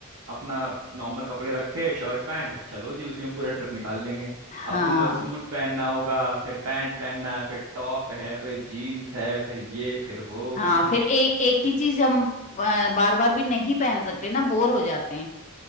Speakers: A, on the right (about 65°); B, on the left (about 30°).
A: अपना नॉर्मल कपड़े रखे शर्ट पैंट चलो जी उसी में पूरा ट्रिप निकाल लेंगे
B: हाँ
A: अब तुमको सूट पहनना होगा फिर पैंट पहनना है फिर टॉप है फिर जीन्स है फिर ये फिर वो
B: हाँ
A: <laughs>
B: फिर एक एक ही चीज हम बार बार भी नहीं पहन सकते ना बोर हो जाते हैं